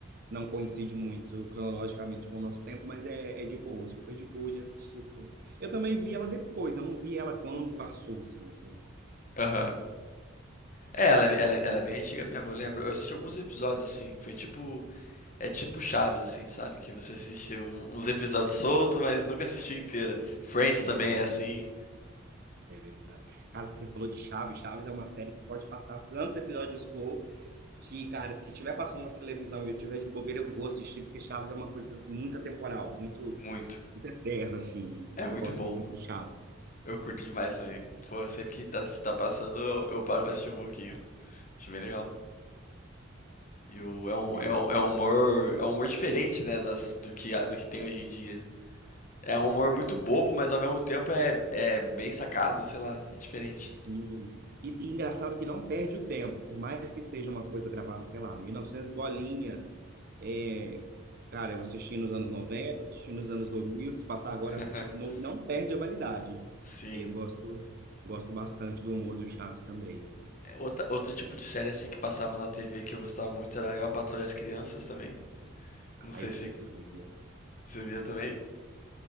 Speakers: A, on the right; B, on the left.
A: não coincide muito cronologicamente com o nosso tempo, mas é, é de boa, super de boa de assistir, assim. Eu também vi ela depois, eu não vi ela quando passou, assim, né?
B: Aham. É, ela é ela é ela é bem antiga mesmo, eu lembro. Eu assisti alguns episódios, assim, foi tipo é tipo Chaves, assim, sabe, que você assiste um uns episódios solto, mas nunca assistiu inteira. Friends
A: É
B: também
A: verdade,
B: é assim,
A: é verdade. Cara, você falou de Chaves, Chaves é uma série que pode passar tantos episódios for, que, cara, se tiver passando na televisão e eu tiver de bobeira, eu vou assistir, porque Chaves é uma coisa, assim, muito atemporal, muito,
B: muito.
A: muito eterna, assim,
B: É
A: eu
B: muito
A: gosto
B: bom.
A: muito de Chaves.
B: Eu curto demais também. Pô, sempre que tá tá passando, eu eu paro pra assistir um pouquinho. Acho bem legal. E o é um
A: É
B: é
A: bacana,
B: um é um humor é um humor diferente, né, das do que a do que tem hoje em dia. É
A: é verdade.
B: um humor muito bobo, mas ao mesmo tempo é é bem sacado, sei lá, é diferente.
A: Sim. E, e engraçado que não perde o tempo, por mais que seja uma coisa gravada, sei lá, mil e novecentos e bolinha. É, cara, eu assisti nos anos 90 assisti nos anos 2000 se passar agora, eu
B: <laughs>
A: assisto de novo, e não perde a validade.
B: Sim.
A: Eu gosto, gosto bastante do humor do Chaves também. Assim.
B: É, outra- outro tipo de série assim que passava na TV que eu gostava muito era Eu, a Patroa e as Crianças também. Não
A: Ah,
B: sei
A: eu
B: se
A: via, também via. tá?
B: você via também.